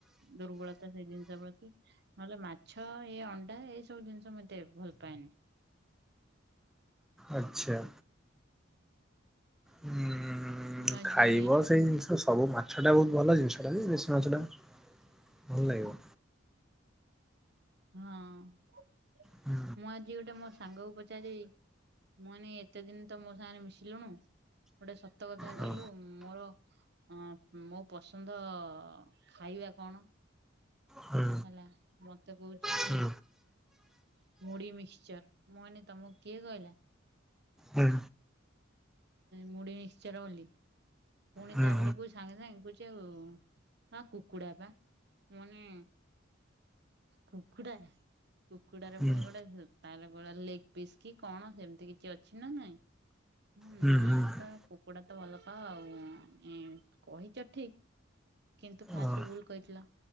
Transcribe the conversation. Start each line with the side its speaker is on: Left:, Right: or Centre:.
Right: ଦୁର୍ବଳ ତା ସେଇ ଜିନିଷ ପ୍ରତି। ନହେଲେ ମାଛ ଏଇ ଅଣ୍ଡା ଏଇ ସବୁ ଜିନିଷ ମୁଁ ଏତେ ଭଲ ପାଏନି।
Centre: ଆଚ୍ଛା। ଉମ୍
Right: ମୁଁ ଆଜି
Centre: ଖାଇବ ସେଇ ଜିନିଷ ସବୁ ମାଛଟା ବହୁତ ଭଲ ଜିନିଷଟା ଯେ, ଦେଶୀ ମାଛଟା ଭଲ ଲାଗିବ।
Right: ହଁ,
Centre: ହୁଁ
Right: ମୁଁ ଆଜି ଗୋଟେ ମୋ ସାଙ୍ଗକୁ ପଚାରିବି? ମୁନି ଏତେ ଦିନ ତ ମୋ ସାଙ୍ଗରେ ମିଶିଲୁଣୁ! ଗୋଟେ ସତ କଥା
Centre: ହୁଁ
Right: କହିଲୁ, ମୋର ଅ ମୋ ପସନ୍ଦ ଖାଇବା କଣ?
Centre: ହୁଁ
Right: ହେଲା। ମତେ କହୁଛି
Centre: ହୁଁ
Right: ମୁଢି ମିକ୍ସଚର। ମୁନି ତମକୁ କିଏ କହିଲା?
Centre: ହଁ।
Right: ମୁଢି ମିକ୍ସଚର ବୋଲି? ଫୁଣି
Centre: ହୁଁ ହୁଁ
Right: ତାପରେ କୁ ସାଙ୍ଗେ ସାଙ୍ଗେ କହୁଛି ଆଉ ହଁ କୁକୁଡ଼ା ବା ମାନେ କୁକୁଡ଼ା? କୁକୁଡାରେ
Centre: ହୁଁ
Right: ପୁଣି ଗୋଟେ ତାର ଗୋଟେ ଲେଗ ପିସ୍ କି କଣ ସେମିତି କିଛି ଅଛି ନା ନାଇଁ? ହଁ
Centre: ହୁଁ
Right: ନାଇଁ
Centre: ହୁଁ
Right: ତ କୁକୁଡା ତ ଭଲପାଅ ଆଉ! ଆ ଏଁ କହିଛ ଠିକ୍, କିନ୍ତୁ ଫାଷ୍ଟ
Centre: ହୁଁ
Right: ଭୁଲ କହିଥିଲ।